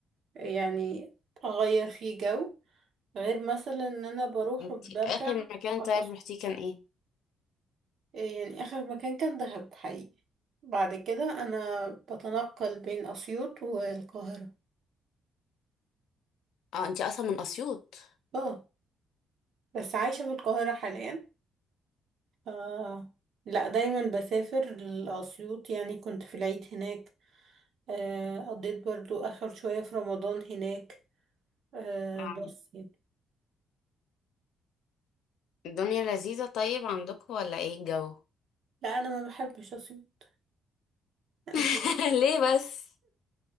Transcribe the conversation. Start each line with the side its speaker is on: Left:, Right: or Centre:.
Right: يعني اغير فيه جو غير مثلا ان انا بروح
Left: انتي
Right: وبرجع
Left: اخر مكان
Right: على
Left: طيب
Right: الأصل
Left: روحتيه كان ايه
Right: يعني اخر مكان كان دهب حقيقي بعد كده انا بتنقل بين اسيوط والقاهرة
Left: اه انتي اصلا من اسيوط
Right: اه بس عايشة في القاهرة حاليا ف... لا دايما بسافر لأسيوط يعني كنت في العيد هناك آه، قضيت برضو آخر شوية في رمضان هناك آه،
Left: اه
Right: بس يعني
Left: الدنيا لذيذة طيب عندكم ولا ايه الجو
Right: لا أنا ما بحبش أسيوط لا
Left: <laughs>
Right: مش
Left: ليه بس